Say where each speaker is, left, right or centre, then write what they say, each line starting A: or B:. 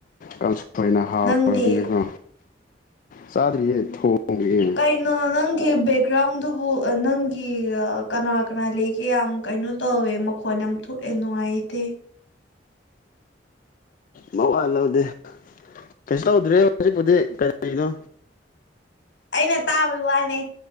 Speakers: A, on the left (about 45°); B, on the left (about 75°).
A: ꯀꯥꯡꯁꯣꯏꯅ ꯍꯥꯎꯔꯕꯅꯦꯀꯣ
B: ꯅꯪꯗꯤ
A: ꯆꯥꯗꯔꯤꯌꯦ ꯊꯣꯡꯉꯤꯌꯦ
B: ꯀꯩꯅꯣ ꯅꯪꯒꯤ ꯕꯦꯛꯒ꯭ꯔꯥꯎꯟꯗꯨꯕꯨ ꯅꯪꯒꯤ ꯀꯅꯥ ꯀꯅꯥ ꯂꯩ ꯌꯥꯝ ꯀꯩꯅꯣ ꯇꯧꯋꯦ ꯃꯈꯣꯟ ꯌꯥꯝ ꯊꯣꯛꯑꯦ ꯅꯨꯡꯉꯥꯏꯇꯦ
A: ꯃꯋꯥꯜ ꯂꯧꯗꯦ ꯀꯩꯁꯨ ꯇꯧꯗ꯭ꯔꯦ ꯍꯧꯖꯤꯛꯄꯨꯗꯤ ꯀꯔꯤꯅꯣ
B: ꯑꯩꯅ ꯇꯥꯕꯩ ꯋꯥꯅꯦ